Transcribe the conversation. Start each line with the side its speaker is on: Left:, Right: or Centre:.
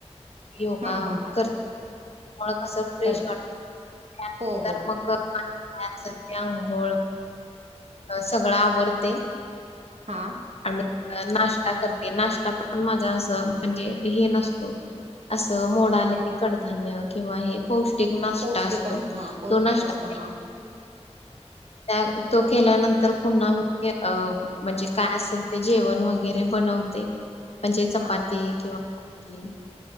Left: योगा
Right: हा हा
Left: करते कस फ्रेश
Right: कर
Left: वाटत त्यानंतर
Right: हो हो
Left: मग माझे काय असेल ते अंघोळ सगळं आवरते
Right: हा
Left: आणि नाश्ता करते नाश्ता पण माझा असं म्हणजे हे नसतो असं मोड आलेली कडधान्य किंवा हे पौष्टिक नाश्ता
Right: पौष्टिक
Left: असतो
Right: अस हा पौष्टिक
Left: तो नाश्ता
Right: असतो हा
Left: त्या तो केल्यानंतर पुन्हा म अ म्हणजे काय असेल ते जेवण वगैरे बन व म्हणजे चपाती
Right: हा
Left: किंवा